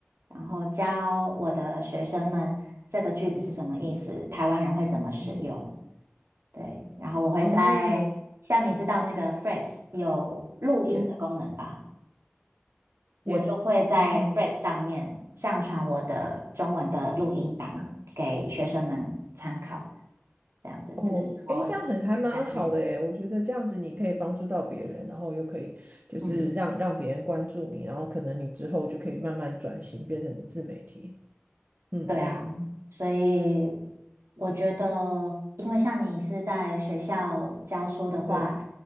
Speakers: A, on the right; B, on the right.
A: 然后教我的学生们这个句子是什么意思，台湾人会怎么使用。
B: 嗯哼，
A: 对，然后我会在，
B: 哦，
A: 像你知道那个 f r e a d s 有录音的功能吧，
B: 耶
A: 我就会在
B: 耶，嗯哼哼。
A: f r e a d s 上面上传我的中文的录音档给学生们参考，这样子，
B: 哦，
A: 这就是我现在的练习。
B: 诶，这样很还蛮好的诶，我觉得这样子你可以帮助到别人，然后又可以就是让让别人关注你，
A: 嗯。
B: 然后可能你之后就可以慢慢转型变成自媒体。嗯，
A: 对啊，所以我觉得，因为像你是在学校教书的话，
B: 对，